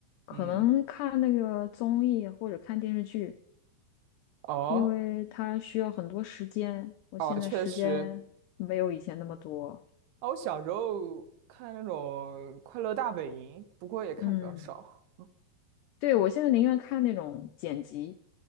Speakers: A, on the left; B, on the right.
A: 可能看那个综艺或者看电视剧。
B: 嗯，哦，
A: 因为它需要很多时间，我现在时间没有以前那么多。
B: 哦，确实。哦，我小时候看那种《快乐大本营》，不过也看比较少。
A: 嗯，对，我现在宁愿看那种剪辑，